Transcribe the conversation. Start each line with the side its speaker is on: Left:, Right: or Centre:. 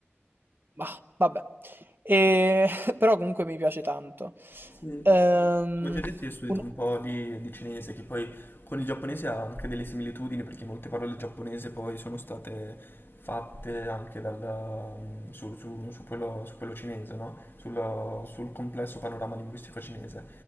Right: Bah, vabbè. E- <laughs> però comunque mi piace tanto.
Left: Sì.
Right: Ehm,
Left: Come ti ho detto, io ho studiato
Right: un-
Left: un po' di, di cinese, che poi con il giapponese ha anche delle similitudini, perché molte parole giapponese poi sono state fatte anche dal, mm, su, su- su quello, su quello cinese, no? Sul, sul complesso panorama linguistico cinese.